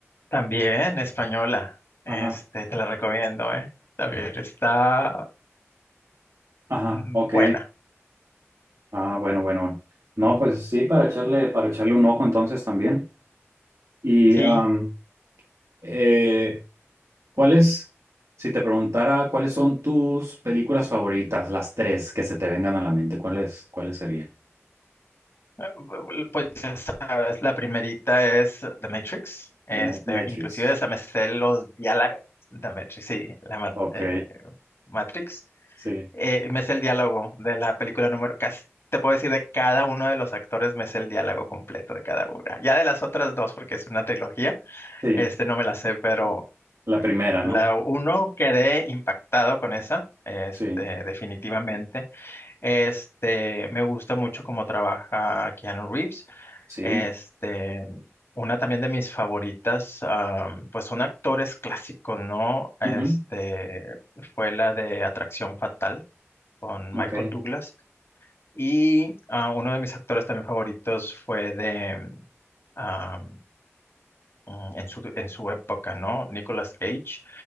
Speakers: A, on the left; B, on the right.
A: también española. Este,
B: Ajá,
A: te la recomiendo, ¿eh? También está
B: ajá,
A: mm,
B: ok.
A: buena.
B: Ah, bueno, bueno, bueno. No, pues sí, para echarle, para echarle un ojo entonces también. Y
A: Sí,
B: am, eh, ¿cuáles, si te preguntara cuáles son tus películas favoritas, las tres que se te vengan a la mente, ¿cuáles, cuáles serían?
A: eh, pues ya sabes, la primerita es The Matrix. Este,
B: De Ma- Matrix.
A: inclusive hasta me sé los diálogos. The Matrix, sí, la ma-
B: Ok,
A: eh, Matrix.
B: sí,
A: eh, me sé el diálogo de la película número, casi te puedo decir de cada uno de los actores, me sé el diálogo completo de cada una. Ya de las otras dos, porque es una trilogía,
B: sí.
A: este no me la sé, pero
B: La
A: eh,
B: primera,
A: la
B: ¿no?
A: uno quedé impactado con esa, este,
B: Sí,
A: definitivamente. Este, me gusta mucho cómo trabaja Keanu Reeves.
B: sí.
A: Este, una también de mis favoritas, ah, pues son actores clásicos, ¿no? Este,
B: Ujú,
A: fue la de Atracción Fatal con
B: Ok.
A: Michael Douglas. Y ah, uno de mis actores también favoritos fue de, mm, ah, mm, en su, en su época, ¿no? Nicolas Cage.